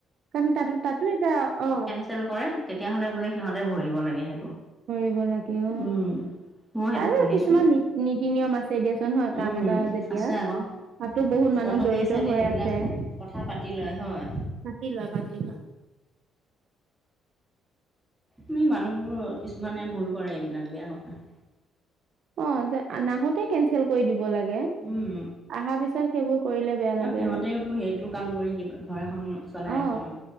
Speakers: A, on the right; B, in the centre.
A: কাৰণ তাতো, তাতো এটা অ।
B: ফেল কৰে তেতিয়াহ'লে বোলে সিহঁতে ভৰিব লাগে সেইটো।
A: ভৰিব লাগে অ।
B: উম মই সেইটো
A: আৰু
B: শুনিছোঁ
A: কিছুমান নীত-নীতি-নিয়ম আছে দিয়াচোন হয় কাম
B: উম
A: এটা যেতিয়া
B: আছে আকৌ
A: তাতো বহুত মানুহ
B: প্ৰথমেই
A: জড়িত
B: চাগে
A: হৈ
B: সেইবিলাক
A: আছে।
B: কথা পাতি লয় হয়।
A: পাতি লয়, পাতি লয়।
B: আমি মানুহবোৰ কিছুমানে ভুল কৰে এইবিলাক বেয়া কথা।
A: অ' দে আ নাহোতে কেনচেল কৰি দিব লাগে।
B: উম,
A: আহাৰ পিছত সেইবোৰ কৰিলে বেয়া লাগে
B: অ'সিহঁতেওতো
A: আৰু
B: সেইটো কাম কৰি কিবা ঘৰ এখন চলাই
A: অ
B: আছে ন'।